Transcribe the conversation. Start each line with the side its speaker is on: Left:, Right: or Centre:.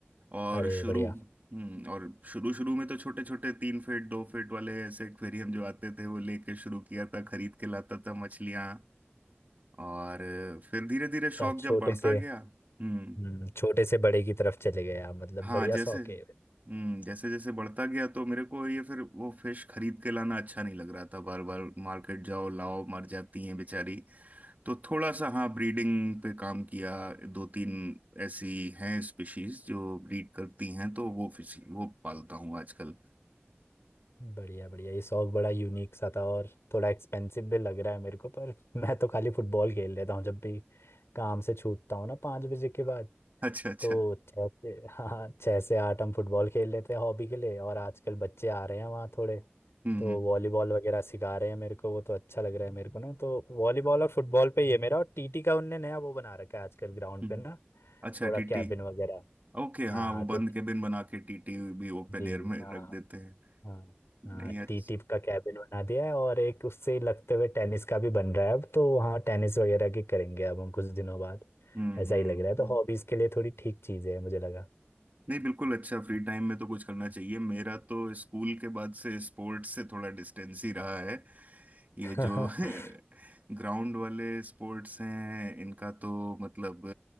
Right: और
Left: अरे
Right: शुरू
Left: बढ़िया
Right: हम्म और शुरू शुरू में तो छोटे छोटे तीन फीट दो फीट वाले ऐसे एक्वेरियम जो आते थे वो लेके शुरू किया था खरीद के लाता था मछलियाँ और फिर धीरे धीरे
Left: अच्छा
Right: शौक जब
Left: छोटे
Right: बढ़ता
Left: से
Right: गया हम्म
Left: हम्म छोटे से बड़े की तरफ चले गए आप मतलब
Right: हाँ
Left: बढ़िया
Right: जैसे
Left: शौक है
Right: हम्म जैसे जैसे बढ़ता गया तो मेरे को ये फिर वो फिश खरीद के लाना अच्छा नहीं लग रहा था बार बार मार्केट जाओ लाओ मर जाती हैं बेचारी तो थोड़ा सा हाँ ब्रीडिंग पे काम किया दो तीन ऐसी हैं स्पीशीज जो ब्रीड करती हैं तो वो फिश वो पालता हूँ आजकल
Left: बढ़िया बढ़िया ये शौक बड़ा यूनिक सा था और थोड़ा एक्सपेंसिव भी लग रहा है मेरे को पर <laughs> मैं तो खाली फुटबॉल खेल लेता हूँ जब भी काम से छूटता हूँ ना पाँच बजे के बाद
Right: अच्छा अच्छा
Left: तो छः से <laughs> हाँ छः से आठ हम फुटबॉल खेल लेते हैं हॉबी के लिए और आजकल बच्चे आ रहे हैं वहाँ थोड़े
Right: हम्म
Left: तो
Right: हम्म
Left: वॉलीबॉल वगैरह सिखा रहे हैं मेरे को वो तो अच्छा लग रहा है मेरे को ना तो वॉलीबॉल और फुटबॉल पे ही है मेरा और टीटी का उनने नया वो बना रखा है आजकल ग्राउंड
Right: हम्म।
Left: पे ना
Right: अच्छा
Left: थोड़ा
Right: टीटी
Left: कैबिन वगैरह
Right: ओके
Left: हाँ
Right: हाँ वो बंद
Left: तो
Right: केबिन बना के टीटी भी ओपन
Left: जी
Right: एयर में
Left: हाँ
Right: रख देते हैं
Left: हाँ हाँ
Right: नहीं अच्छा
Left: टी टिप का कैबिन बना दिया है और एक उससे लगते हुए टेनिस का भी बन रहा है अब तो वहाँ टेनिस वगैरह की करेंगे अब हम कुछ दिनों बाद
Right: हम्म
Left: ऐसा
Right: हम्म
Left: ही लग रहा है तो
Right: हम्म।
Left: हॉबीज के लिए थोड़ी ठीक चीज है मुझे लगा
Right: नहीं बिल्कुल अच्छा फ्री टाइम में तो कुछ करना चाहिए मेरा तो स्कूल के बाद से स्पोर्ट्स से थोड़ा डिस्टेंस ही रहा है ये
Left: <laughs>
Right: जो <laughs> ग्राउंड वाले स्पोर्ट्स हैं इनका तो मतलब